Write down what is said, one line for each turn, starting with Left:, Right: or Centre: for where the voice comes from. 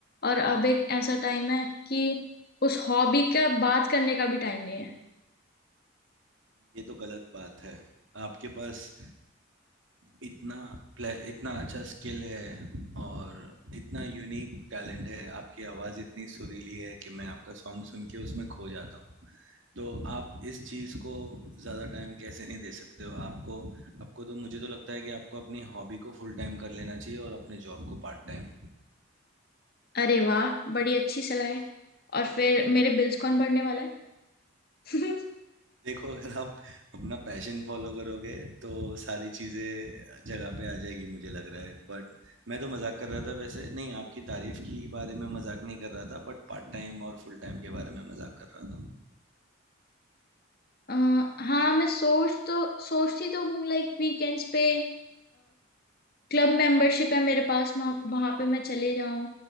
Left: और अब एक ऐसा टाइम है कि उस हॉबी का बात करने का भी टाइम नहीं है
Right: ये तो गलत बात है आपके पास इतना प्ले- इतना अच्छा स्किल है और इतना यूनिक टैलेंट है आपकी आवाज़ इतनी सुरीली है कि मैं आपका सॉन्ग सुन के उसमें खो जाता हूँ तो आप इस चीज़ को ज़्यादा टाइम कैसे नहीं दे सकते हो आपको आपको तो मुझे तो लगता है कि आपको अपनी हॉबी को फुल टाइम कर लेना चाहिए और अपने जॉब को पार्ट टाइम
Left: अरे वाह बड़ी अच्छी सलाह है और फिर मेरे बिल्स कौन भरने वाला है <laughs>
Right: देखो अगर आप अपना पैशन फॉलो करोगे तो सारी चीजें जगह पे आ जाएगी मुझे लग रहा है बट मैं तो मजाक कर रहा था वैसे नहीं आपकी तारीफ की बारे में मजाक नहीं कर रहा था बट पार्ट टाइम और फुल टाइम के बारे में मजाक कर रहा था
Left: अ, हाँ मैं सोच तो सोचती तो हूँ लाइक वीकेंड्स पे क्लब मेंबरशिप है मेरे पास वहां पे मैं चले जाऊँ